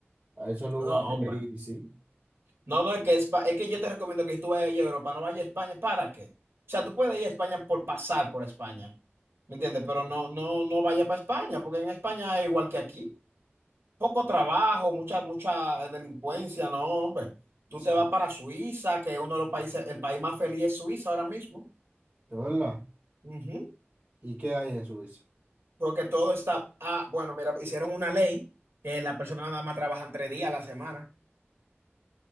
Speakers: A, on the right; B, on the right.
A: a esos lugares.
B: No, hombre.
A: Y sí,
B: No, no, es que, Espa- es que yo te recomiendo que si tú vayas a Europa, no vayas a España. ¿Para qué? O sea, tú puedes ir a España por pasar por España, ¿me entiendes? Pero no, no, no vayas para España, porque en España es igual que aquí. poco trabajo, mucha, mucha eh, delincuencia, no, hombre. Tú
A: sí,
B: te vas
A: de
B: para Suiza, que es uno de los países, el país más feliz es Suiza ahora mismo.
A: verdad.
B: Ujú.
A: ¿Y qué hay en Suiza?
B: Porque todo está, ah, bueno, mira, hicieron una ley que las personas nada más trabajan tres días a la semana.